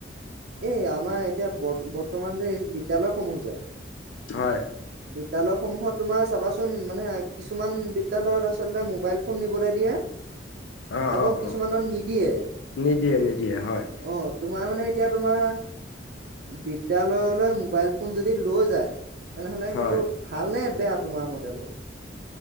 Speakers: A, on the right; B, on the left.
A: এই আমাৰ এতিয়া বৰ বৰ্তমান যে এই বিদ্যালয়সমূহ যে,
B: হয়।
A: বিদ্যালয় সমূহত তোমাৰ চাবাচোন, মানে কিছুমান বিদ্যালয়ত আচলতে মবাইল ফোন নিবলে দিয়ে।
B: অ',
A: আকৌ
B: অ',
A: কিছুমানত
B: অ',
A: নিদিয়ে
B: নিদিয়ে নিদিয়ে হয়।
A: অহ। তোমাৰ মানে এতিয়া তোমাৰ, বিদ্যালয়লৈ মোবাইল ফোন যদি লৈ যায়, তেনেহ'লে
B: হয়,
A: সেইটো ভাল নে বেয়া তোমাৰ মতে বাও।